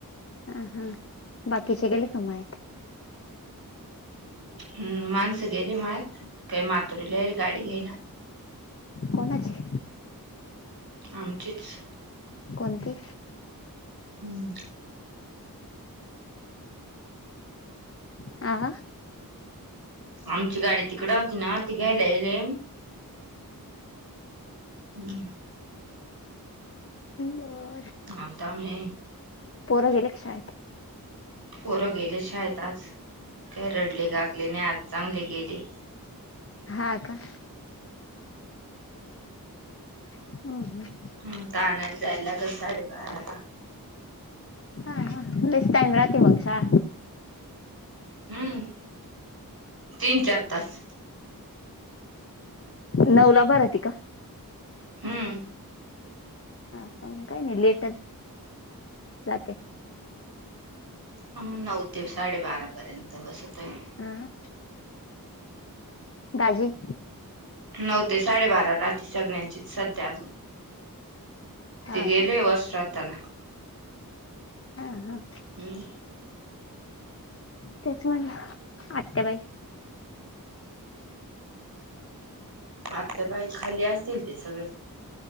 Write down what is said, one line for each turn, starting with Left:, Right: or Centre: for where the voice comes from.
Left: ह हा बाकीच्याेगले कमेत
Right: हम् माणसं गेले माळ्यात काही मातरीलाईल गाडी घेयला
Left: कोण अचे
Right: आमचीच
Left: कोणती
Right: हम्म
Left: आ
Right: आमची गाडी तिकड होती ना ती घ्यायला याले हम्म
Left: ह
Right: आमता मी
Left: पोरं गेले का शाळेत
Right: पोरं गेले शाेत आता काय रडले गागले नाही आज चांगले गेले
Left: हा का हमज
Right: हम् तानायला जायला ग साडेबाराला
Left: हा ह बेस् टाम राात मंगसळा
Right: हम्म तीन चार तास
Left: नऊला बार त का
Right: हम्म
Left: हा काम काही नाही, लेटच जाते.
Right: हा म नऊ ते साडेबारापर्यंत बसतोय.
Left: अहं दाजी.
Right: नऊ ते साडेबारा रात्री सगळ्यांचीच सध्या अजून
Left: हा
Right: ते गेले
Left: का
Right: वर्ष श्राधाला
Left: हा हा
Right: हम्म
Left: तेच म्हणलं आते बाई
Right: आत्या बाई खाली असतील ते सगळे